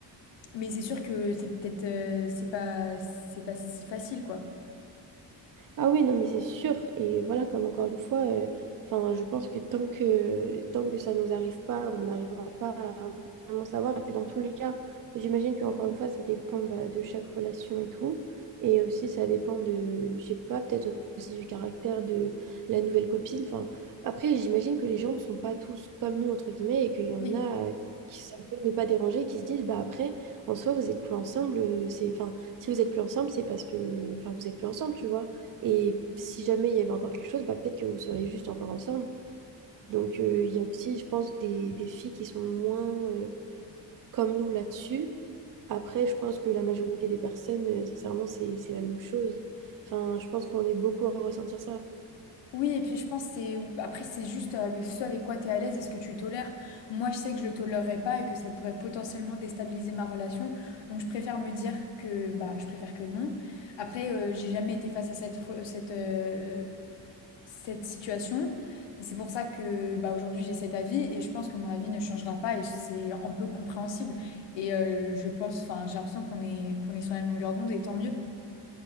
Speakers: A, on the left; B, on the right.
A: mais c'est sûr que c'est peut-être euh, c'est pas c'est pas si facile quoi.
B: Ah oui, non, mais c'est sûr. Et voilà, comme encore une fois, euh, enfin, je pense que tant que, tant que ça ne nous arrive pas, on n'arrivera pas à vraiment savoir. Et puis dans tous les cas, j'imagine qu'encore une fois, ça dépend bah, de chaque relation et tout. Et aussi, ça dépend de, je sais pas, peut-être aussi du caractère de la nouvelle copine. Enfin, après, j'imagine que les gens ne sont pas tous comme nous, entre guillemets, et qu'il y en
A: Oui.
B: a euh, qui ça peut ne pas déranger, qui se disent, bah après, en soi, vous êtes plus ensemble. euh, C'est, enfin, si vous êtes plus ensemble, c'est parce que, enfin, vous êtes plus ensemble, tu vois. Et si jamais il y avait encore quelque chose, bah, peut-être que vous seriez juste encore ensemble. Donc, euh, il y a aussi, je pense, des, des filles qui sont moins euh, comme nous là-dessus. Après, je pense que la majorité des personnes, euh, sincèrement, c'est, c'est la même chose. Enfin, je pense qu'on est beaucoup à ressentir ça.
A: Oui, et puis je pense que c'est après c'est juste avec ce avec quoi tu es à l'aise et ce que tu tolères. Moi, je sais que je le tolérerais pas et que ça pourrait potentiellement déstabiliser ma relation. Donc je préfère me dire que bah je préfère que non. Après euh, j'ai jamais été face à cette re- cette euh, cette situation et c'est pour ça que bah aujourd'hui j'ai cet avis et je pense que mon avis ne changera pas et c'est un peu compréhensible. Et euh, je pense enfin j'ai l'impression qu'on est qu'on est sur la même longueur d'onde et tant mieux.